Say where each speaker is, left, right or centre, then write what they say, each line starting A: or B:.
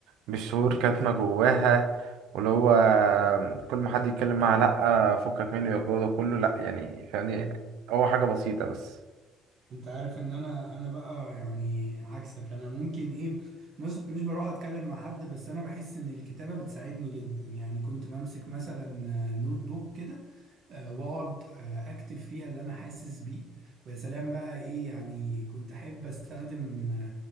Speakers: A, on the right (about 80°); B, on the right (about 60°).
A: بالشهور كاتمة جواها واللي هو كل ما حد يتكلم معاها لأ فكك منه يا الجو ده كله لأ يعني فاهمني
B: اوكي.
A: هو حاجة بسيطة بس
B: انت عارف ان انا انا بقى يعني عكسك انا ممكن ايه مش مش بروح اتكلم مع حد بس انا بحس ان الكتابة بتساعدني جدا يعني كنت بمسك مثلا نوت بوك كده آه، واقعد آه، اكتب فيها اللي انا حاسس بيه ويا سلام بقى ايه يعني كنت احب استخدم